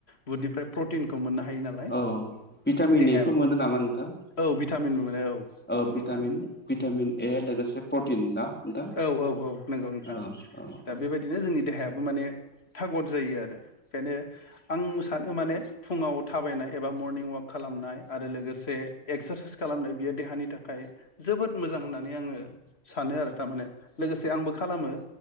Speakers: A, on the left; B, in the centre.
A: बुधनिफ्राय प्रटिनखौ मोननो हायो हायो नालाय
B: औ भिटामिन
A: देहाया
B: एफोर मोनो नामा नोंथां
A: औ भिटामिन मोनो औ
B: औ
A: नंगौ
B: भिटामिन
A: नोंथां
B: भिटामिन ए लोगोसे प्रटिन ना नोंथां
A: औ औ औ नंगौ नोंथां
B: औ औ
A: दा बेबायदिनो जोंनि देहायाबो माने थागद जायो आरो ओंखायनो आं सानो माने फुङाव थाबायनाय एबा मर्निं वाक खालामनाय आरो लोगोसे एक्सारसाइस खालामनाय बियो देहानि थाखाय जोबोद मोजां होननानै आङो सानो आरो थारमाने लोगोसे आंबो खालामो